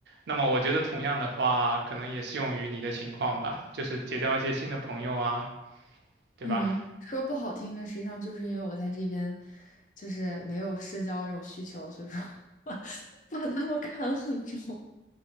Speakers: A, on the right; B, on the left.
A: 那么我觉得同样的话，可能也适用于你的情况吧，就是结交一些新的朋友啊，对吧？
B: 嗯，说不好听的，实际上就是因为我在这边就是没有社交这种需求，所以说 <laughs> 把他们看得很重。